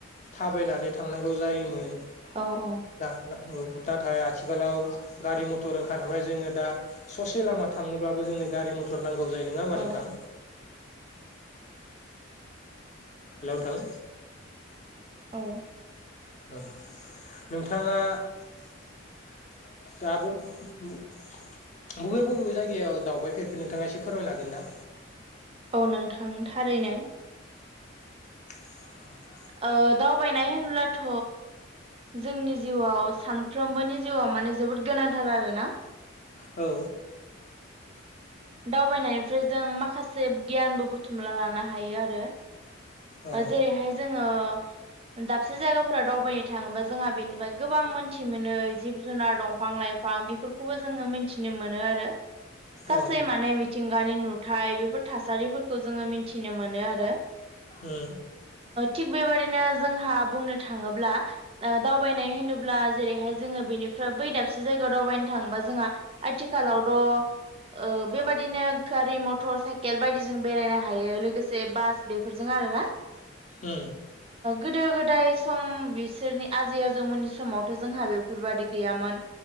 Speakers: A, on the left; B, on the right.
A: थाबायनानै थांनांगौ जायोमोन।
B: औ औ।
A: दा नाथाय आथिखालाव गारि मथर ओंखारनानैाय जोङो दा ससे लामा थांनोब्लाबो जों गारि मथर नांगौ जायो नङा होमबा
B: औ
A: नोंथां हेल'नोंथां
B: औ
A: औ नोंथाङा दा आब' बबे बबे जायगायाव दावबायफेरखो नोंथाङा एसे फोरमायनो हागोन ना
B: औ नोंथां थारैनो
A: औ
B: ओ दावबायनाय होनब्लाथ' जोंनि जिउआव सानफ्रोमबोनि जिउआव माने जोबोद गोनांथार आरोना
A: औ
B: दावबायनायनिफ्राय जों माखासे गियानबो बुथुमना लानो हायो आरो
A: औ
B: जेरैहाय जोङो दाबसे जायगाफोराव दावबायनो थाङोबा जोंहा बेनिफ्राय गोबां मोनथि मोनो जिब जुनार दं बिफां लाइफां बेफोरखौबो जोङो मिथिनो मोनो आरो गासै
A: औ
B: माने मिथिं मानि नुथाय बेफोर थासारिफोरखौ जोङो मिथिनो मोनो आरो
A: ओ
B: थिग बेबादिनो जोंहा बुंनो थाङोब्ला दावबायनाय होनोब्ला जेरैहाय जोङो बेनिफ्राय बै दाबसे जायगायाव दावबायनो थाङोबा जोंहा आथिखालाव द' बेबादिनो गारि मटर साइकेल बायदिजों बेरायनो हायो लोगोसे बास बेफोरजों जोंआरोना
A: उम
B: गोदो गोदाय सम बिसोरनि आजै आजौमोननि समावथ' जोंहा बेफोरबायदि गैयामोन